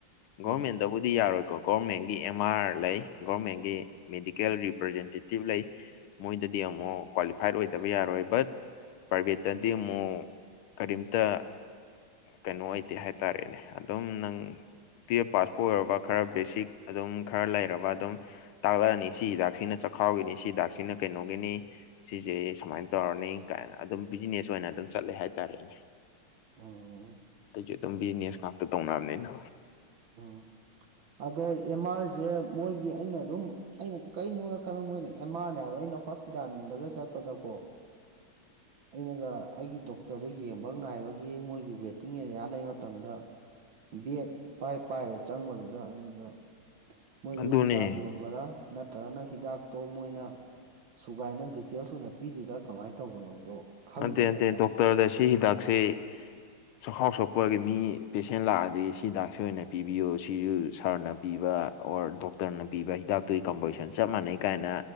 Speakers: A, on the right; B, on the left.
A: ꯎꯝ
B: ꯒꯣꯔꯃꯦꯟꯗꯕꯨꯗꯤ ꯌꯥꯔꯣꯏꯀꯣ ꯒꯣꯔꯃꯦꯟꯒꯤ ꯑꯦꯝ ꯑꯥꯔ ꯂꯩ ꯒꯣꯔꯃꯦꯟꯒꯤ ꯃꯦꯗꯤꯀꯦꯜ ꯔꯤꯄ꯭ꯔꯖꯦꯟꯇꯦꯇꯤꯞ ꯂꯩ ꯃꯣꯏꯗꯗꯤ ꯑꯃꯨꯛ ꯀ꯭ꯋꯥꯂꯤ ꯐꯥꯏꯠ ꯑꯣꯏꯗꯕ ꯌꯥꯔꯣꯏ ꯕꯠ ꯄ꯭ꯔꯥꯏꯚꯦꯠꯇꯗꯤ ꯑꯃꯨꯛ ꯀꯔꯤꯝꯇ ꯀꯩꯅꯣ ꯑꯣꯏꯗꯦ ꯍꯥꯏꯇꯥꯔꯦꯅꯦ ꯑꯗꯨꯝ ꯅꯪ ꯇꯨꯌꯦꯞ ꯄꯥꯁꯄꯨ ꯑꯣꯏꯔꯕ ꯈꯔ ꯕꯦꯁꯤꯛ ꯑꯗꯨꯝ ꯈꯔ ꯂꯩꯔꯕ ꯑꯗꯨꯝ ꯇꯥꯛꯂꯛꯑꯅꯤ ꯁꯤ ꯍꯤꯗꯥꯛꯁꯤꯅ ꯆꯥꯛꯈꯥꯎꯒꯤꯅꯤ ꯁꯤ ꯍꯤꯗꯥꯛꯁꯤꯅ ꯀꯩꯅꯣꯒꯤꯅꯤ꯫ ꯁꯤꯁꯦ ꯁꯨꯃꯥꯏꯅ ꯇꯧꯔꯅꯤ ꯀꯥꯏꯅ ꯑꯗꯨꯝ ꯕꯤꯖꯤꯅꯦꯁ ꯑꯣꯏꯅ ꯑꯗꯨꯝ ꯆꯠꯂꯦ ꯍꯥꯏ ꯇꯥꯔꯦꯅꯦ꯫
A: ꯎꯝ꯫
B: ꯖꯤ ꯑꯗꯨꯝ ꯕꯤꯖꯤꯅꯦꯁ ꯉꯥꯛꯇ ꯇꯧꯅꯕꯅꯤꯅ꯫
A: ꯎꯝ ꯑꯗꯣ ꯑꯦꯝ ꯑꯥꯔꯁꯦ ꯃꯣꯏꯒꯤ ꯑꯩꯅ ꯑꯗꯨꯝ ꯑꯩꯅ ꯀꯩꯅꯣꯅ ꯈꯜ ꯃꯣꯏꯅ ꯑꯦꯝ ꯑꯥꯔꯅꯦ ꯍꯥꯏꯕ ꯑꯩꯅ ꯍꯣꯁꯄꯤꯇꯥꯟꯗꯒ ꯆꯠꯄꯗꯀꯣ ꯑꯩꯅꯒ ꯑꯩꯒꯤ ꯗꯣꯛꯇꯔꯗꯨ ꯌꯦꯡꯕ ꯉꯥꯏꯕꯒꯤ ꯃꯣꯏꯒꯤ ꯋꯦꯇꯤꯡ ꯑꯦꯔꯤꯌꯥ ꯂꯩꯕ ꯃꯇꯝꯗ ꯕꯦꯠ ꯄꯥꯏ ꯄꯥꯏꯔ ꯆꯪꯕꯗꯨꯗ ꯑꯗꯨꯗ ꯃꯣꯏꯁꯨ
B: ꯑꯗꯨꯅꯦ
A: ꯍꯤꯗꯥꯛ ꯌꯣꯟꯕꯔꯥ ꯅꯠꯇ꯭ꯔꯒꯅ ꯍꯤꯗꯥꯛꯇꯣ ꯃꯣꯏꯅ ꯁꯨꯒꯥꯏꯅ ꯗꯤꯇꯦꯜꯁ ꯑꯣꯏꯅ ꯄꯤꯔꯤꯔ ꯀꯃꯥꯏꯅ ꯇꯧꯕꯅꯣꯗꯣ ꯈꯪꯗꯕ
B: ꯅꯠꯇꯦ-ꯅꯠꯇꯦ
A: ꯍꯥꯏꯇꯥꯔꯦ
B: ꯗꯣꯛꯇꯔꯗ ꯁꯤ ꯍꯤꯗꯥꯛꯁꯤ ꯆꯈꯥꯎ ꯁꯣꯛꯄꯒꯤ ꯃꯤ ꯄꯦꯁꯦꯟ ꯂꯥꯛꯑꯗꯤ ꯁꯤ ꯗꯥꯛꯁꯔ ꯑꯣꯏꯅ ꯄꯤꯕꯤꯌꯣ ꯁꯤꯁꯨ ꯁꯥꯔꯅ ꯄꯤꯕ ꯑꯣꯔ ꯗꯣꯛꯇꯔꯅ ꯄꯤꯕ ꯍꯤꯗꯥꯛꯇꯨꯒꯤ ꯀꯝꯄꯣꯖꯤꯁꯟ ꯆꯞ ꯃꯥꯟꯅꯩ ꯀꯥꯏꯅ